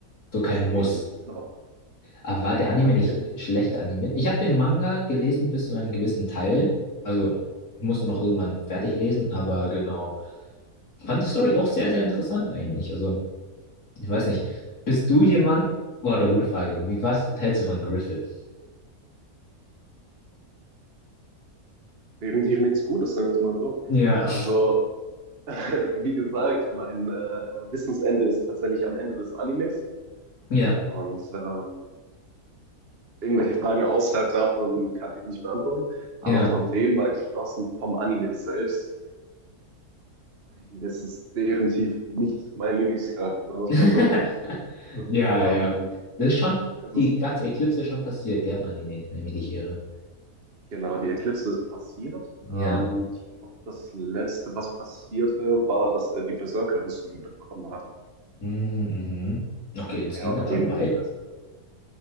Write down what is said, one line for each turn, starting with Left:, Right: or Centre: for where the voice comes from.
Left: So kein
Right: Deswegen,
Left: Muss.
Right: genau.
Left: Aber war der Anime
Right: Bei
Left: nicht
Right: dir?
Left: schlechter animiert? Ich habe den Manga gelesen bis zu einem gewissen Teil. Also, ich musste noch irgendwann fertig lesen, aber genau. Fand die
Right: Mhm.
Left: Story auch sehr, sehr interessant eigentlich. Also, ich weiß nicht. Bist du jemand? Boah, eine gute Frage. Wie, was hältst du von Griffith?
Right: definitiv nichts Gutes, sagen wir es mal so.
Left: Ja,
Right: Also, <laughs> wie gesagt, mein äh, Wissensende ist tatsächlich am Ende des Animes
Left: ja,
Right: und ähm, irgendwelche Fragen außerhalb davon kann ich nicht beantworten.
Left: ja.
Right: Aber von dem mal geschlossen, vom Anime selbst, das ist definitiv nicht mein Lieblingscharakter, sagen wir es
Left: <laughs>
Right: mal so. Das,
Left: Ja,
Right: ähm,
Left: ja.
Right: ich,
Left: Das ist schon,
Right: es ist,
Left: die ganze Eclipse ist schon passiert, gell, im Anime, wenn ich mich nicht irre.
Right: genau, die Eclipse ist passiert.
Left: Ja.
Right: Ähm, ich glaube, das Letzte, was passierte, war, dass er die Berserker-Rüstung bekommen hat.
Left: Mm, Mhm. Okay, das
Right: Mehr
Left: ging
Right: oder
Left: dann schon
Right: weniger
Left: weit.
Right: das Beste.